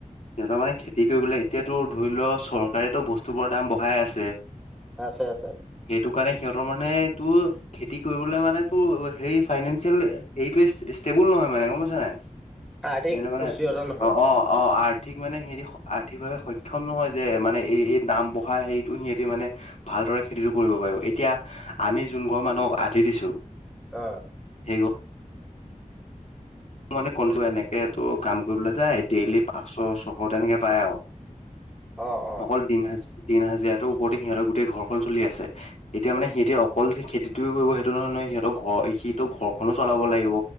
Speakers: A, on the left; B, in the centre.
A: সিহঁতৰ মানে খেতি কৰিবলৈ, এতিয়াতো ধৰি লও চৰকাৰেতো বস্তুবোৰৰ দাম বঢ়াই আছে
B: আছে আছে।
A: সেইটো কাৰণে সিহঁতৰ মানে টো, খেতি কৰিবলে মানে তোৰ সেই ফাইনেনচিয়েল এইটোৱে ষ্টেবুল নহয় মানে গম পাইছ নাই।
B: আৰ্থিক
A: <unintelligible>
B: সুস্থিৰতা নহয়
A: অ', অ', অ' আৰ্ট আৰ্থিক মানে সিহঁতি আৰ্থিকভাৱে সক্ষম নহয় যে মানে এই এই দাম বঢ়াই হেৰিটো সিহঁতি মানে ভালদৰে খেতিটো কৰিব পাৰিব, এতিয়া আমি যোন ঘৰ মানুহক আধি দিছোঁ
B: অ'।
A: হে গ মানে কনডি এনেকে তোৰ কাম কৰিবলৈ যাই, ডেইলি পাঁচশ ছশ তেনেকে পায় আৰু। <unintelligible>
B: অ', অ'।
A: অকল দিন হাজ, দিন হাজিৰাটোৰ ওপৰতে সিহঁতৰ গোটেই ঘৰখন চলি আছে। এতিয়া মানে সিহঁতি অকল যে খেতিটো কৰিব সেইটো নহয় ন' সিহঁৰ ঘৰ সিটো ঘৰখনো চলাব লাগিব।